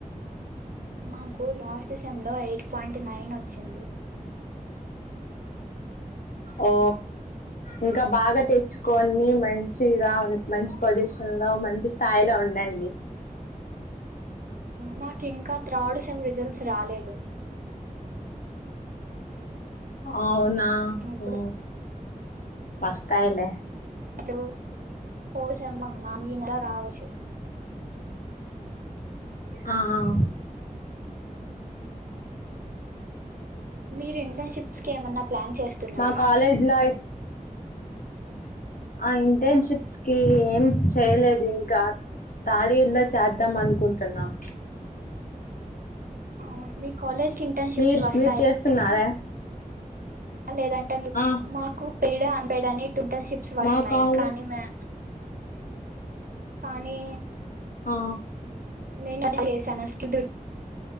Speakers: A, on the right (about 75°); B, on the left (about 70°).
A: మాకు లాస్ట్సెమ్ంలో ఎయిట్ పాయింట్ నైన్ వచ్చింది
B: ఓ ఇంకా బాగా తెచ్చుకొని మంచిగా మంచి పొజిషన్ లో మంచి స్థాయిలో ఉ నండి
A: మాకు ఇంకా త్రాడు సేం రిజల్ట్స్ రాలేదు
B: అవునా
A: ఇప్పుడు
B: ఆ వస్తాయిలే
A: దొ పోయి చెమ్మన్నా ఈ నెల రావచ్చు
B: ఆ ఆ ఓ
A: మీరు ఇంటర్న్షిప్స్కి ఏమన్నా ప్లాన్ చేస్తున్నారా
B: మా కాలేజ్ అయ్ ఆ ఇంటర్న్షిప్స్ కి ఏం చేయలేదు ఇంకా థర్డ్ ఇయర్లో చేద్దాం అనుకుంటున్నాం
A: ఆ మీ కాలేజ్ కి ఇంటర్న్షిప్స్
B: మీరు
A: వస్తాయా
B: మీరు చేస్తున్నారే
A: లేదంటే
B: ఆ
A: మాకు పీడ అపేడాని టంటెన్షిప్స్ వస్తున్నాయి
B: మా కాలేజ్
A: కానీ మ కానీ
B: ఆ
A: నేన్ అది చేశాన్ అస్త్ దుర్గ్